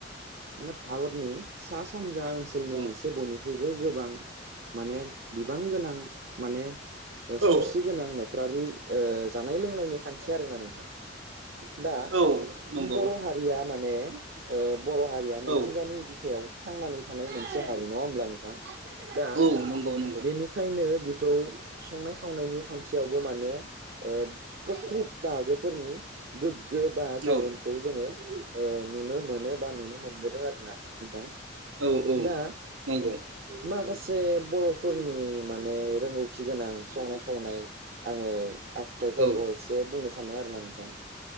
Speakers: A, on the right; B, on the right.
A: माने भारतनि सा सानजा जा ओनसोलनि
B: औ
A: मोनसे बयनिख्रुइबो गोबां। माने बिबां गोनां माने। ओ
B: औ
A: सावस्रि गोनांं नख <unintelligible> जानाय लोंनायनि खान्थि आरोना नोंथां। दा
B: औ नंगौ
A: बर‌ हारिया माने ओ बर‌ हारिया मिथिंगानि
B: औ
A: बिखायाव। थांनानै थानाय मोनसे हारि नङा होमब्ला नोंथां। जोङा
B: औ नंगौ नंगौ
A: बेनिखायनो खौ संनाय खावनायनि खान्थियावबो माने ओ टेकनिक बाहागोफोरनि गो गोबा गोहोमखौ
B: औ
A: जोङो ओ नुनो मोनो। बा नुनो मोनबोदों आरो ना नोंथां।
B: औ औ
A: दा
B: नंगौ
A: माखासे सासे बरफोरनि माने रोंगौथि गोनां संनाय खावनाय आङो आखुथायफोरखौ
B: औ
A: एसे बुंनो सानो आरोना नोंथां।